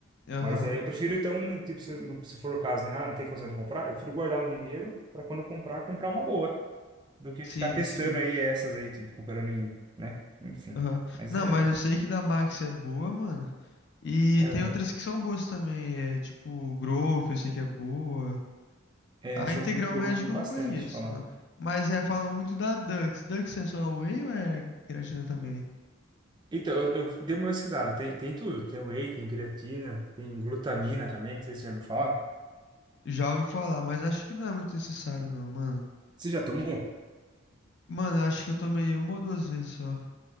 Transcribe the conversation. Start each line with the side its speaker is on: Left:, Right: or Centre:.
Left: aham.
Right: Mas é, eu prefiro, então, tipo, se, não- se for o caso, né? Ah, não tem condição de comprar, eu prefiro guardar um dinheiro para quando eu comprar, comprar uma boa, do que
Left: Sim,
Right: ficar testando
Left: sim.
Right: aí essas aí, tipo, comprando em, né? Enfim.
Left: Aham.
Right: Mas
Left: Não,
Right: é.
Left: mas eu sei que da Max é boa, mano. E
Right: Aham.
Left: tem outras que são boas também. É, tipo, Growth, eu sei que é boa.
Right: É,
Left: A
Right: essa
Left: Integral
Right: eu vi, eu
Left: Médica
Right: ouvi bastante
Left: eu não conheço,
Right: falar.
Left: mano. Mas é, falam muito da Dux. Dux é só whey ou é creatina também?
Right: Então, eu, eu dei uma pesquisada, tem, tem tudo. Tem whey, tem creatina, tem glutamina também, não sei se você já ouviu falar.
Left: Já ouvi falar, mas acho que não é muito necessário, não, mano.
Right: Você já tomou?
Left: Mano, eu acho que eu tomei uma ou duas vezes só.